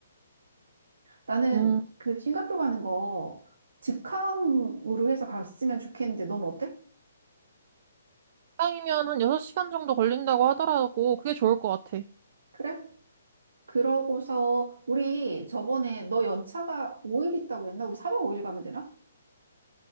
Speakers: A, on the right; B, on the right.
A: 나는
B: 음,
A: 그 싱가포르 가는 거 직항으로 해서 갔으면 좋겠는데, 넌 어때?
B: 시간이면 한 6시간 정도 걸린다고 하더라고. 그게 좋을 것 같아.
A: 그래? 그러고서 우리 저번에 너 연차가 5일 있다고 했나? 우리 4박 5일 가면 되나?